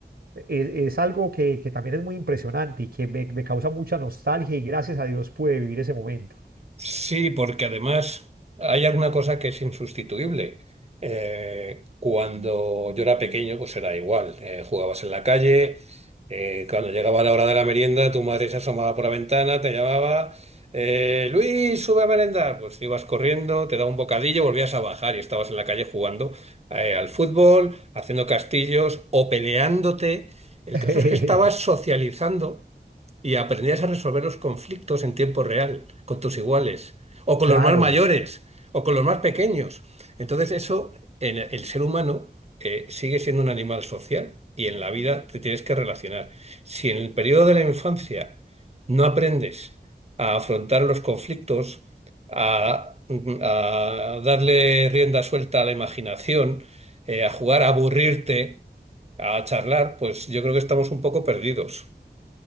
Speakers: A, on the right (about 75°); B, on the right (about 35°).
A: Es, es algo que, que también es muy impresionante y que me, me causa mucha nostalgia y gracias a Dios pude vivir ese momento.
B: Sí, porque además hay alguna cosa que es insustituible. Eh, cuando yo era pequeño, pues era igual. Eh, jugabas en la calle, eh, cuando llegaba la hora de la merienda, tu madre se asomaba por la ventana, te llamaba, eh, Luis, sube a merendar. Pues ibas corriendo, te daba un bocadillo, volvías a bajar y estabas en la calle jugando eh, al fútbol, haciendo castillos o peleándote. El
A: <laughs>
B: caso es que estabas socializando y aprendías a resolver los conflictos en tiempo real, con tus iguales, o con
A: Claro,
B: los más mayores, o con los más pequeños. Entonces eso, en el ser humano, eh, sigue siendo un animal social y en la vida te tienes que relacionar. Si en el periodo de la infancia no aprendes a afrontar los conflictos, a, a darle rienda suelta a la imaginación, eh, a jugar, a aburrirte, a charlar, pues yo creo que estamos un poco perdidos.